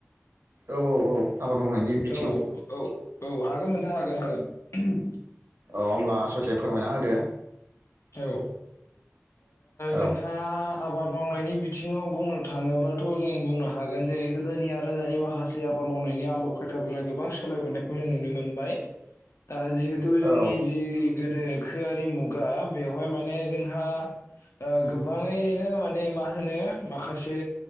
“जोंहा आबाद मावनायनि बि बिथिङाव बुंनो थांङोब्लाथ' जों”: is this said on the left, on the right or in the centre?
Left